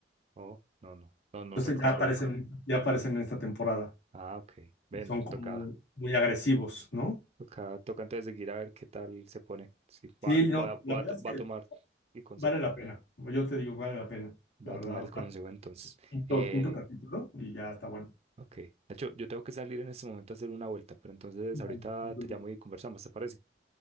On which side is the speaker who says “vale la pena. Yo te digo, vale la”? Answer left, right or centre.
Left